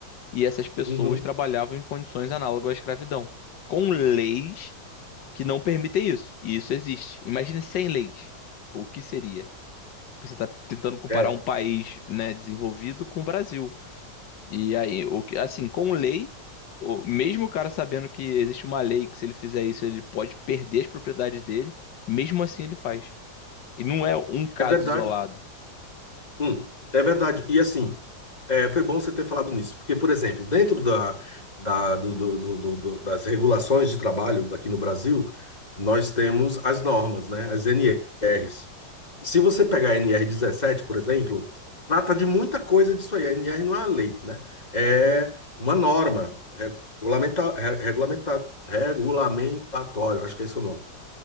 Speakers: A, on the left (about 75°); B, on the left (about 20°).
A: E essas pessoas
B: uhum,
A: trabalhavam em condições análogas à escravidão, com leis que não permitem isso. E isso existe. Imagine sem leis. O que seria? Porque Você está tentando comparar
B: é,
A: um país, né, desenvolvido com o Brasil. E aí, o que, assim, com lei, o, mesmo o cara sabendo que existe uma lei que se ele fizer isso, ele pode perder as propriedades dele, mesmo assim ele faz. E não é um caso
B: é verdade.
A: isolado.
B: Hum, é verdade. E assim, É, foi bom você ter falado nisso, porque, por exemplo, dentro da, da- do- do- do- do- do- das regulações de trabalho aqui no Brasil, nós temos as normas, né? As NRs. Se você pegar a NR 17, por exemplo, trata de muita coisa disso aí. A NR não é uma lei, né? É uma norma regulamenta, re- regulamenta, regulamentatória, acho que é esse o nome.